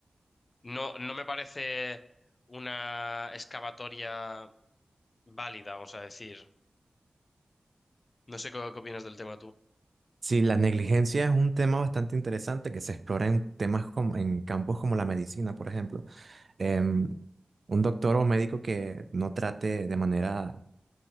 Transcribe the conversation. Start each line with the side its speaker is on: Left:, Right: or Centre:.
Left: no, no me parece una excavatoria válida, vamos a decir. No sé qué, qué opinas del tema tú.
Right: Sí, la negligencia es un tema bastante interesante que se explora en temas como en campos como la medicina, por ejemplo em, un doctor o médico que no trate de manera